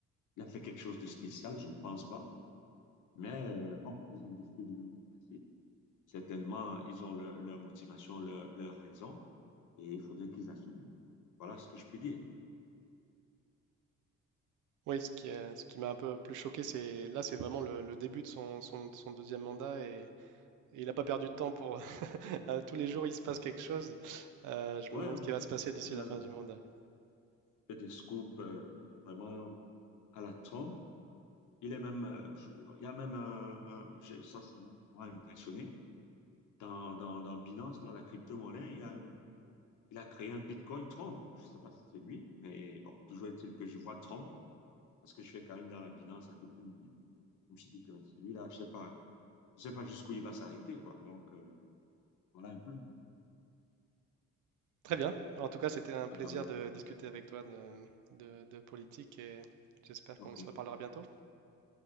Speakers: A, on the left; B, on the right.
A: il a fait quelque chose de spécial, je ne pense pas. Mais euh, bon, ils ont décidé de le replacer. Certainement, ils ont leur, leur motivation, leur, leur raison, et il faudrait qu'ils assument. quoi. Voilà ce que je peux dire.
B: Oui, ce qui, euh, ce qui m'a un peu plus choqué, c'est là, c'est vraiment le, le début de son, son- son deuxième mandat et, et il n'a pas perdu de temps pour <laughs> à tous les jours il se passe quelque chose. Euh, je
A: Ouais,
B: me demande
A: ouais,
B: ce qui
A: ouais.
B: va se passer d'ici
A: Il
B: la
A: a
B: fin du mandat.
A: fait des scoops euh, vraiment à la Trump. Il est même, euh, je- il y a même un, un- j'ai- ça, ça m'a ça m'a impressionné. Dans, dans, dans Binance, là, la crypto-monnaie, il y a une- il a créé un Bitcoin Trump. Je ne sais pas si c'est lui, mais bon, toujours est-il que je vois Trump, parce que je fais quand même dans la Binance la crypto-monnaie. Je me suis dit que mais celui-là, je sais pas, je sais pas jusqu'où il va s'arrêter, quoi. Donc, euh, voilà un peu.
B: Très bien. En tout cas, c'était un plaisir
A: Ah ben,
B: de discuter avec toi de, de de politique et j'espère
A: ok,
B: qu'on se reparlera bientôt.